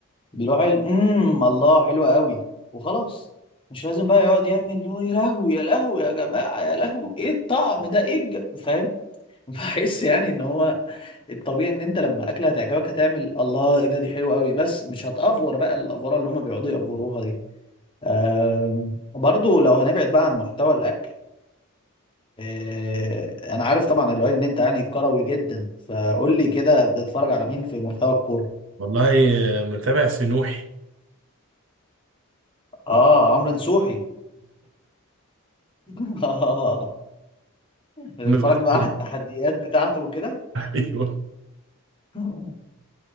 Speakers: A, on the left (about 25°); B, on the right (about 60°).
A: بيروح قايل، امم الله حلوه قوي وخلاص مش لازم بقى يقعد يعمل اللي هو يا لهوي يا لهوي يا جماعه يا لهوي ايه الطعم ده ايه الج-" فاهم <laughs> بحس يعني ان هو الطبيعي ان انت لما اكله هتعجبك هتعمل الله ايه ده دي حلوه قوي بس مش هتأفور بقى الافوره اللي هم بيقعدوا يأفوروها دي آم، برضو لو هنبعد بقى عن محتوى الاكل آه، انا عارف طبعا الوالي ان انت يعني كروي جدا فقول لي كده بتتفرج على مين في محتوى الكوره
B: والله متابع في نوحي
A: اه عمرو نصوحي <laughs> اه بتتفرج
B: <laughs>
A: بقى على التحديات بتاعته وكده
B: ايوه
A: <laughs>